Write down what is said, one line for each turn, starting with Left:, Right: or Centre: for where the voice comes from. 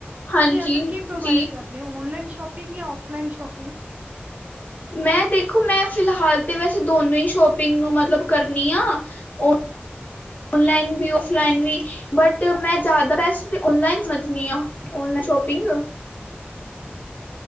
Left: ਹਾਂਜੀ
Right: ਤੁਸੀਂ ਅੱਜ-ਕੱਲ ਕੀ ਪ੍ਰੋਵਾਇਡ
Left: ਜੀ
Right: ਕਰ ਰਹੇ ਹੋ। ਔਨਲਾਈਨ ਸ਼ੋਪਿੰਗ ਜਾਂ ਔਫਲਾਈਨ ਸ਼ੋਪਿੰਗ।
Left: ਮੈਂ ਦੇਖੋ ਮੈਂ ਫਿਲਹਾਲ ਤੇ ਵੈਸੇ ਦੋਨੋ ਹੀ ਸ਼ੋਪਿੰਗ ਨੂੰ ਮਤਲਬ ਕਰਨੀ ਆ- ਔਨਲਾਈਨ ਵੀ, ਔਫਲਾਈਨ ਵੀ- ਬਟ ਮੈਂ ਜ਼ਿਆਦਾ ਬੈਸਟ ਨਲਾਈਨ ਸਮਝਣੀ ਆ ਔਲਾਈਨ ਸ਼ੋਪਿੰਗ-
Right: ਅੱਛ।